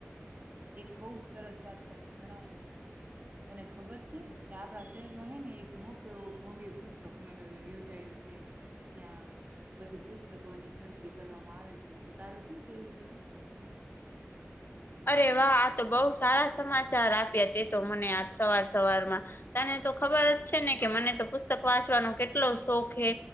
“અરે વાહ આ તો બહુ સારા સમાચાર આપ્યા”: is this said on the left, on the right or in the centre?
Left